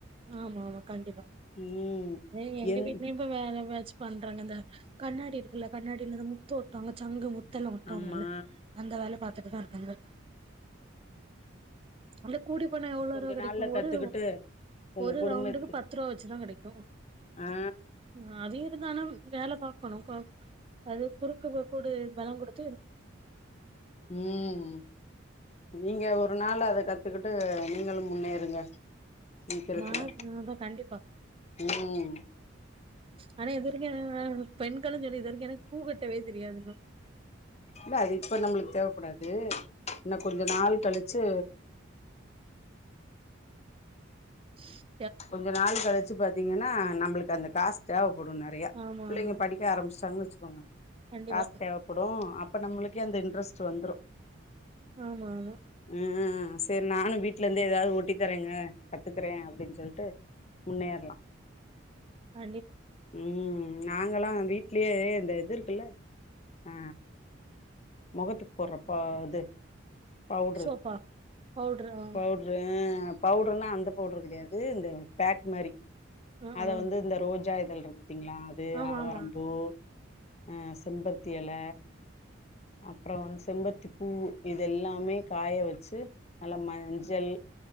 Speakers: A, on the right; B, on the left.
A: ஆமா ஆமா கண்டிப்பா
B: ம்
A: எ எங்க
B: என்
A: வீட்லயு இப்ப வேறவச்சு பண்றாங்க இந்த கண்ணாடி இருக்குல்ல கண்ணாடில இந்த முத்து ஓட்டவாங்க சங்கு முத் துல்லா ஒட்டுவாங்கல்ல
B: ஆமா
A: அந்த வேல பாத்துட்டுதா இருக்காங்க அந்த கூடி பண்ண எவ்ளோ
B: கொஞ்ச
A: ரூவா கெடைக்கு
B: நாள்ல கத்துக்கிட்டு
A: ஒரு
B: உங்க
A: ஒரு
B: குடும்பத்து
A: ரவுண்டுக்கு பத்து ரூபா வச்சுதா கெடைக்கு
B: ஆ
A: ம் அது இருந்தானா வேல பாக்கணுக்கா அது குறுக்க கோடு வெல குடுக்க
B: ம் நீங்க ஒரு நாள் அத கத்துக்கிட்டு நீங்களு முன்னேறுங்க சீக்கிரத்துல
A: நா நாதா கண்டிப்பா
B: ம்
A: ஆனா இது வரைக்கு என்னனா பெண்களு செரி இது வரைக்கு எனக்கு பூக்கட்டவே தெரியாது இன்னு
B: இல்ல அது இப்ப நம்மளுக்கு தேவப்படாது இன்னு கொஞ்ச நாள் கழிச்சு
A: <inaudible>
B: கொஞ்ச நாள் கழிச்சு பாத்தீங்கன்னா நம்மளுக்கு அந்த காசு தேவப்படுனார் நெறையா
A: ஆமா
B: புள்ளைங்க
A: ஆமா
B: படிக்க ஆரம்பிச்சாங்கன்னு வச்சுக்கோங்க
A: கண்டிப்பா
B: காசு தேவ படு அப்ப நம்மளுக்கே அந்த இன்ட்ரெஸ்ட் வந்துரு
A: ஆமா ஆமா
B: ம் சரி நானு வீட்ல இருந்தே ஏதாவது ஓட்டித்தறேங்க கத்துக்குறே அப்படின் சொல் ட்டு முன்னேறலா
A: கண்டிப்
B: ம் நாங்கலா வீட்லயே இந்த இது இருக்குல ஆ மொகத்துக்கு போட்ற பா அது பவுட்ரு
A: சோப்பா பவுட்ரு ஆ
B: பவுட்ரு ஆ பவுடருனா அந்த பவுடர் கெடையாது இது இந்த பேக் மாரி
A: ஆ
B: அத
A: ஆ
B: வந்து இந்த ரோஜா இதழ்கள்ருக்கு பத்தீங்களா இது
A: ஆமா
B: ஆவாரம்பூ
A: ஆமா
B: ஆ செம்பருத்தி எல அப்றோ செம்பருத்திப் பூ இதெல்லாமே காய வெச்சு நல்லா மஞ்சள்